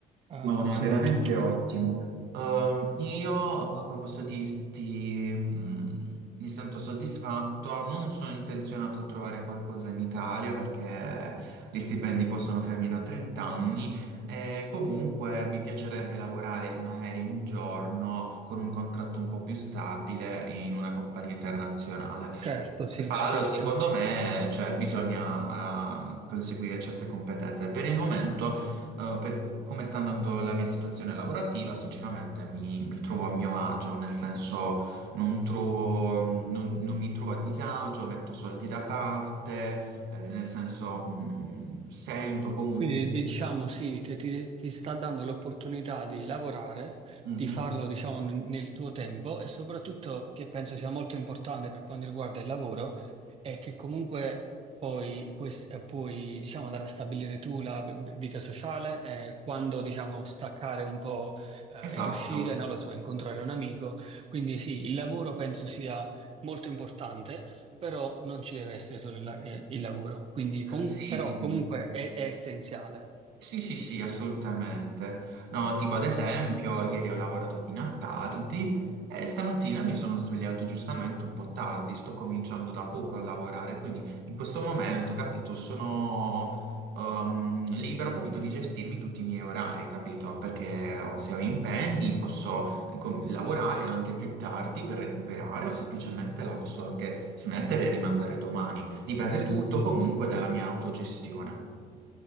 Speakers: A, on the right; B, on the right.
A: eh,
B: No, no,
A: soprattutto.
B: è veramente ottimo. Ehm, io, eh, come posso dirti, mh, mi sento soddisfatto. Non sono intenzionato a trovare qualcosa in Italia perché gli stipendi possono fermi da 30 anni. E comunque mi piacerebbe lavorare magari un giorno con un contratto un po' più stabile in una compagnia internazionale.
A: Certo, sì,
B: Allora,
A: certo.
B: secondo me, cioè, bisogna ehm, conseguire certe competenze. Per il momento, eh, per cu- come sta andando la mia situazione lavorativa, sinceramente mi, mi trovo a mio agio, nel senso non trovo- non- non mi trovo a disagio, metto soldi da parte, eh, nel senso mm, sento comunque...
A: Quindi diciamo sì, che ti, ti sta dando l'opportunità di lavorare,
B: Mhm,
A: di farlo diciamo n- nel tuo tempo e soprattutto che penso sia molto importante per quanto riguarda il lavoro è che comunque poi puoi, s- eh, puoi, diciamo, andare a stabilire tu la v- vita sociale, eh, quando diciamo staccare un po' eh,
B: esatto.
A: ed uscire, non lo so, incontrare un amico. Quindi sì, il lavoro penso sia molto importante però non ci deve essere solo il, la- eh, il lavoro, quindi com-
B: Eh, Sì,
A: però
B: sì.
A: comunque è, è essenziale.
B: Sì, sì, sì, assolutamente. No, tipo ad esempio, ieri ho lavorato fino a tardi e stamattina mi sono svegliato giustamente un po' tardi, sto cominciando da poco a lavorare, quindi in questo momento, capito, sono ehm, libero, capito, di gestirmi tutti i miei orari, capito? Perché ho- se ho impegni posso com- lavorare anche più tardi per recuperare o semplicemente la posso anche smettere e rimandare domani. Dipende tutto comunque dalla mia autogestione.